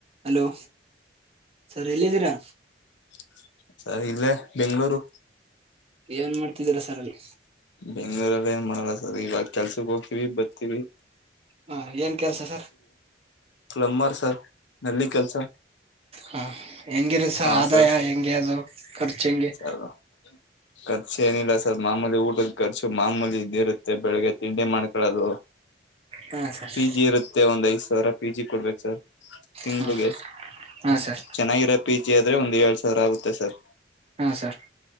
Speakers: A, on the right; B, on the left.
A: ಹಲೋ ಸ ಎಲ್ಲಿದ್ದೀರಾ
B: <unintelligible> ಇಲ್ಲೇ ಬೆಂಗ್ಳೂರು
A: ಏನ್ ಮಾಡ್ತಿದ್ದೀರಾ ಸರ್ ಅಲ್ಲಿ
B: ಬೆಂಗ್ಳೂರಲ್ಲಿ ಏನ್ ಮಾಡಲ್ಲ ಸರ್ ಇವಾಗ್ ಕೆಲ್ಸಕ್ ಹೋಗ್ತೀವಿ ಬತೀವಿ
A: ಹಾ ಏನ್ ಕೆಲ್ಸ ಸರ್
B: ಪ್ಲಂಬರ್ ಸರ್ ನಲ್ಲಿ ಕೆಲ್ಸ
A: ಹಾ ಹೆಂಗಿರಸ
B: ಹಾ
A: ಆದಾಯ
B: ಸರ್
A: ಹೆಂಗೆ ಅದು ಖರ್ಚ ಹೆಂಗೆ
B: ಸರ್ ಖರ್ಚು ಏನಿಲ್ಲ ಸರ್ ಮಾಮೂಲಿ ಊಟದ ಖರ್ಚು ಮಾಮೂಲಿ ಇದ್ದೆ ಇರುತ್ತೆ ಬೆಳಗ್ಗೆ ತಿಂಡಿ ಮಾಡ್ಕೊಳ್ಳೋದು
A: ಹಾ ಸರ್
B: ಪಿ ಜಿ ಇರುತ್ತೆ ಒಂದ್ ಐದ್ ಸಾವಿರ ಪಿ ಜಿ ಕೊಡ್ಬೇಕು ಸರ್ ತಿಂಗ್ಳಿಗೆ
A: ಹ್ಮ ಹಾ ಸರ್
B: ಚೆನ್ನಾಗಿರುತ್ ಪಿ ಜಿ ಆದ್ರೆ ಒಂದ್ ಏಳು ಸಾವಿರ ಆಗುತ್ತೆ ಸರ್
A: ಹಾ ಸರ್